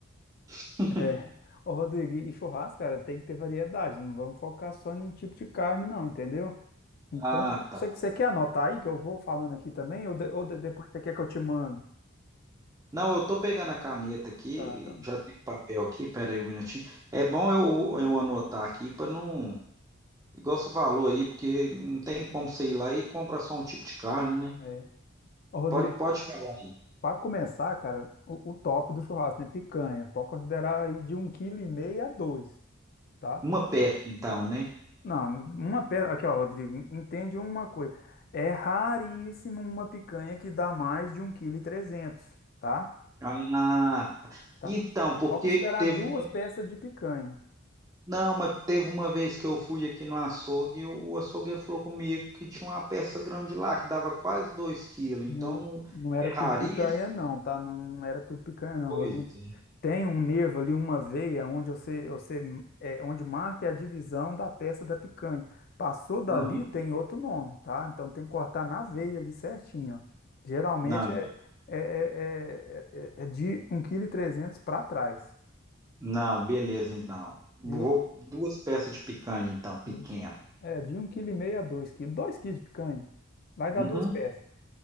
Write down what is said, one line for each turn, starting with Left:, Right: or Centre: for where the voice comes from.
Right: <laughs>
Left: é. Ô, Rodrigo, e churrasco, cara, tem que ter variedade, não vamos focar só em um tipo de carne, não, entendeu? Então,
Right: Ah, tá.
Left: você, você quer anotar aí que eu vou falando aqui também, ou, de- ou de- depois você quer que eu te mando?
Right: Não, eu tô pegando a caneta aqui,
Left: Tá, tá.
Right: já tem o papel aqui, pera aí um minutinho. É bom eu, eu anotar aqui para não, igual você falou aí, porque não tem como você ir lá e comprar só um tipo de carne, né?
Left: É. Ô, Rodrigo,
Right: Pode, pode falar aí.
Left: Para começar, cara, o, o top do churrasco, né? Picanha. Pode considerar aí de um quilo e meio a dois, tá?
Right: Uma peça, então, né?
Left: Não, uma peça. Aqui, ó, Rodrigo, entende uma coisa. É raríssimo uma picanha que dá mais de um quilo e trezentos, kg, tá?
Right: Ah, tá.
Left: Tá?
Right: Então, porque
Left: Pode considerar
Right: teve
Left: duas
Right: uma,
Left: peças de picanha.
Right: não, mas teve uma vez que eu fui aqui no açougue e o açougueiro falou comigo que tinha uma peça grande lá, que dava quase dois quilos,
Left: Não,
Right: então não
Left: não era
Right: é
Left: tudo
Right: raríssimo,
Left: picanha, não, tá? Não era tudo picanha, não,
Right: pois
Left: Rodrigo.
Right: é.
Left: tem um nervo ali, uma veia, onde você, você é, onde marca é a divisão da peça da picanha. Passou dali,
Right: Aham.
Left: tem outro nome, tá? Então tem que cortar na veia ali certinho, ó. Geralmente
Right: Não,
Left: é, é, é, é, é- é é de 1,3 kg para trás,
Right: Não, beleza, então. Vou
Left: viu?
Right: duas peças de picanha, então, pequena.
Left: Isso. É, de um 1,5 kg a 2 quilos. 2 quilos de picanha. Vai dar
Right: Uhum,
Left: duas peças.